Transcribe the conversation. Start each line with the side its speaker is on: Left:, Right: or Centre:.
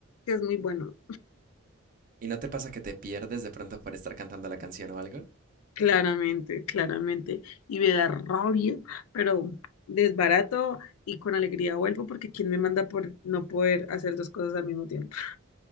Left: que es muy bueno.
Right: ¿Y no te pasa que te pierdes de pronto por estar cantando la canción o algo?
Left: Claramente, claramente. Y me da rabia, pero desbarato y con alegría vuelvo porque ¿quién me manda por no poder hacer dos cosas al mismo tiempo?